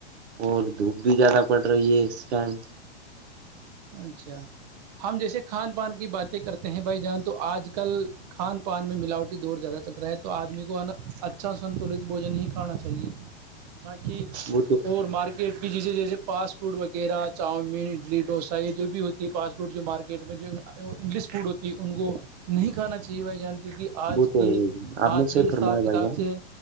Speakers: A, on the right (about 70°); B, on the right (about 40°).
A: اور دھوپ بھی زیادہ پڑ رہی ہے اس ٹائم
B: اچھا ہم جیسے کھان پان کی باتیں کرتے ہیں بھائی جان تو آج کل کھان پان میں ملاوٹی دور زیادہ چل رہا ہے تو آدمی کو اچھا سنتلت بوجن ہی کھانا چاہیے حھں ب کی
A: وہ تو
B: اور مارکیٹ بھی جیسے جیسے فاسٹ فوڈ وغیرہ چاؤمین اڈلی ڈوسا چ یہ جو بھی ہوتی ہے فاسٹ فوڈ جو مارکیٹ میں جو انگلش فوڈ ہوتی ہے ان کو نہیں کھانا چاہےھائی جان کی کہ آج
A: وہ تو
B: کے
A: ہے بھائی جان آپ
B: آج
A: نے صحیح
B: کے حساب
A: فرمایا
B: کتاب
A: بھائی جان
B: سے